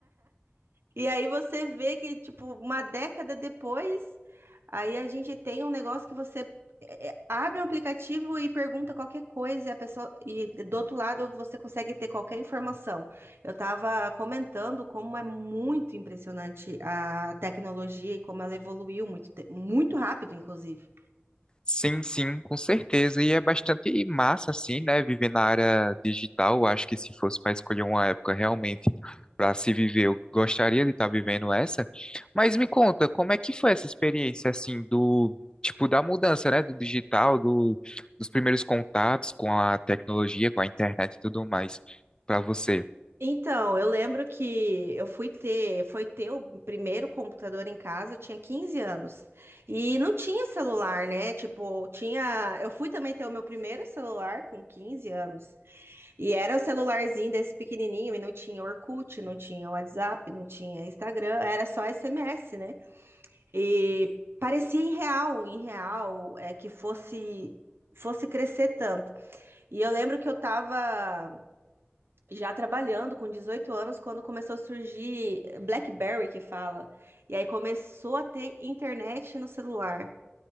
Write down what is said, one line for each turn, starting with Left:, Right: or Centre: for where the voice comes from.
Right: E aí você vê que, tipo, uma década depois, aí a gente tem um negócio que você é, é, abre um aplicativo e pergunta qualquer coisa e a pessoa e do outro lado você consegue ter qualquer informação. Eu estava comentando como é muito impressionante a tecnologia e como ela evoluiu muito, te- muito rápido, inclusive.
Left: Sim, sim, com certeza. E é bastante massa, assim, né? Viver na área digital. Eu Acho que se fosse para escolher uma época realmente para se viver, eu gostaria de estar vivendo essa. Mas me conta, como é que foi essa experiência, assim, do tipo da mudança, né? Do digital, do, dos primeiros contatos com a tecnologia, com a internet e tudo mais, para você?
Right: Então, eu lembro que eu fui ter, foi ter o primeiro computador em casa, eu tinha 15 anos. E não tinha celular, né? Tipo, tinha, eu fui também ter o meu primeiro celular com 15 anos. E era o celularzinho desse pequenininho e não tinha Orkut, não tinha WhatsApp, não tinha Instagram, era só SMS, né? E parecia irreal, irreal é que fosse fosse crescer tanto. E eu lembro que eu tava já trabalhando com 18 anos quando começou a surgir BlackBerry que fala. E aí começou a ter internet no celular.